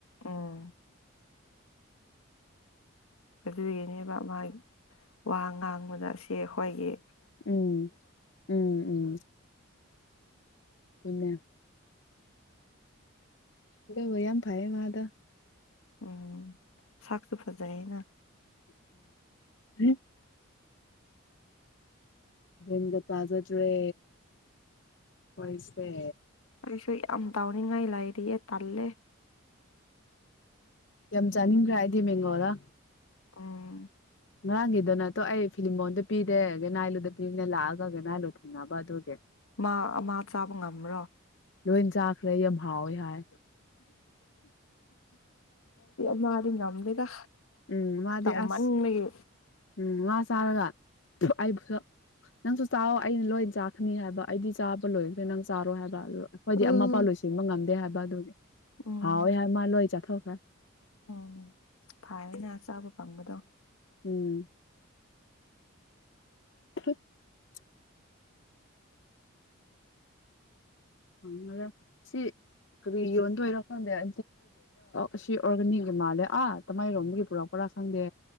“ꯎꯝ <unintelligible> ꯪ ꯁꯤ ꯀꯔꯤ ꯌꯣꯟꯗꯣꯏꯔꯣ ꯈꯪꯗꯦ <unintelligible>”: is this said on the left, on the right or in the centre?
Left